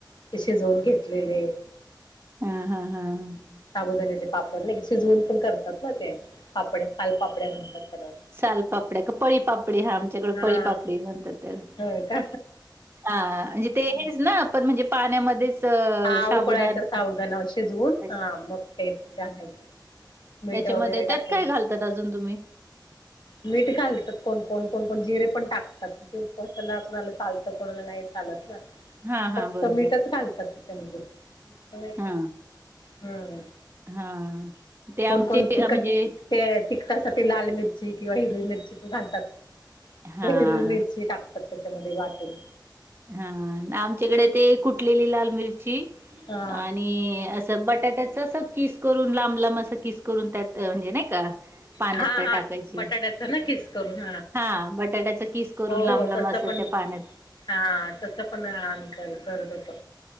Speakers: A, on the left; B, on the right.
A: शिजवून घेतलेले
B: हम् हम्म हम्म
A: साबुदाान्याचे पापड नाही शिजवून पण करतात ना ते पापड्या फालपापड्या म्हणतात त्याला
B: सालपापड्या का पळीपापडी हा आमच्याकडे
A: हा
B: पळीपापडी म्हणतात त्याला
A: होय का
B: हा म्हणजे ते हेच ना पण म्हणजे पाण्यामध्येच अ
A: हा
B: साबुदाणा
A: उकळायचं सावदाना शिजवून,
B: टाकायचं.
A: हा मग ते घालायचं मीठ
B: त्याच्यामध्ये
A: वगैरे
B: त्यात
A: टाकून
B: काय घालतात अजून तुम्ही?
A: मीठ घालतात कोणकोण, कोणकोण जिरे पण टाकतात, <unintelligible> कोणाला चालतं कोणाला नाही. <unintelligible> <inaudible>
B: हा हा
A: फक्त
B: बरोबर
A: मीठच घालतात त्याच्यामध्ये नुसत, नाहीे
B: हा
A: हम्म.
B: हा. ते आमचे
A: कोण कोण तखट,
B: म्हणजे
A: ते तिकटासाठी लाल मि किंवा हिरवी मिरची पण घालतात,
B: हा
A: हिरवी मिरची टाकतात त्याच्यामध्ये वाटून
B: हा, आमच्याकडे ते कुटलेली लाल मिरची
A: हा
B: आणि असं बटाट्या त्या अस किस करून लांब लांब असं किस करून त्यात म्हणजे नाही का पाण्यात
A: हा
B: त्या
A: हा
B: टाकायची,
A: बटाट्याचा ना किस करून
B: हा बटाट्याचा किस करून
A: हो
B: लांब
A: हो
B: लांब
A: तसं
B: अस
A: पण
B: त्या पाण्यात
A: हा तस पण आम्ही करत होतो.